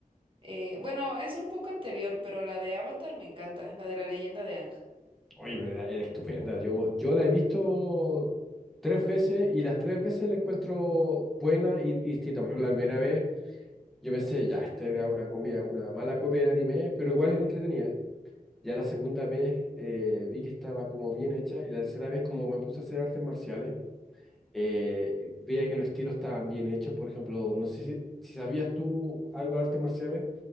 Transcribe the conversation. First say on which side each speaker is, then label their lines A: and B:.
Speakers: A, on the right; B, in the centre.
A: eh, bueno, es un poco anterior, pero la de Avatar me encanta, la de la leyenda de Aang.
B: Oye, pero era, era estupenda. Yo, yo la he visto tres veces y las tres veces la encuentro buena y, y distinta. Por ejemplo, la primera vez yo pensé, ya, esta era una comida, una mala copia de anime, pero igual entretenida. Ya la segunda vez eh, vi que estaba como bien hecha y la tercera vez como me puse a hacer artes marciales, eh, veía que los estilos estaban bien hechos. Por ejemplo, no sé si, si sabías tú algo de artes marciales,